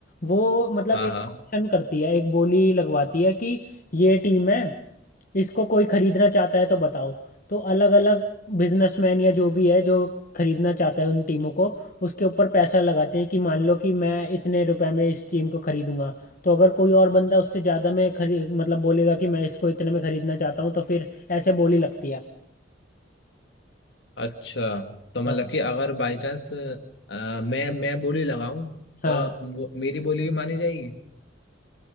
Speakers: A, on the left; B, on the left.
A: वो मतलब
B: हाँ
A: एक
B: हाँ
A: ऑप्शन करती है एक बोली लगवाती है कि ये टीम है इसको कोई खरीदना चाहता है तो बताओ तो अलग अलग बिजनेसमैन या जो भी है जो खरीदना चाहता है उन टीमों को उसके ऊपर पैसा लगाते हैं कि मान लो कि मैं इतने रुपए में इस टीम को खरीदूंगा तो अगर कोई और बंदा उससे ज़्यादा में खरी मतलब बोलेगा कि मैं इसको इतने में खरीदना चाहता हूँ तो फिर ऐसे बोली लगती है
B: अच्छा तो मतलब
A: हाँ
B: कि अगर बाई चांस मैं मैं बोली लगाऊं
A: हाँ
B: तो वो, मेरी बोली भी मानी जाएगी